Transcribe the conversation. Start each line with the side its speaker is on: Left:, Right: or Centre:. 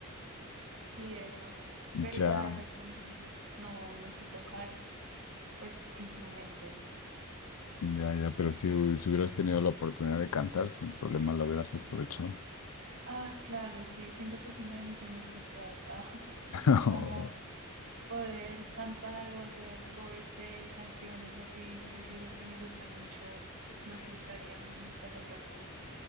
Right: sí, eso, pero
Left: Ya,
Right: ya de resto no, no, no sé tocar pues instrumentos.
Left: ya, ya, pero si, hu- si hubieras tenido la oportunidad de cantar, sin problema la hubieras aprovechado. <laughs>
Right: Ah, claro, sí, siento que es uno de mis sueños frustrados, <laughs> ah,
Left: Oh,
Right: como poder cantar o hacer covers de canciones así preciosas que me gustan mucho, me
Left: sí,
Right: gustaría, me gustaría un resto.